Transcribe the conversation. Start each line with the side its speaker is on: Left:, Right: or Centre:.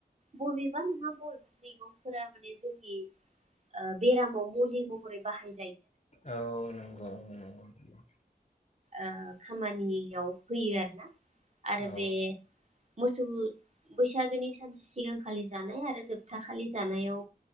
Right: बबेबा नङा बबेबा मैगंफोरा माने जोंनि ओ बेरामाव मुलि महरै बाहाय
Left: औ नोंग' नोंग' नोंथां औ।
Right: ओ खामानियाव होयो आरोना आरो
Left: औ
Right: बे मोसौ बैसागोनि सान सिगांखालि जानाय आरो जोबथा खालि जानायाव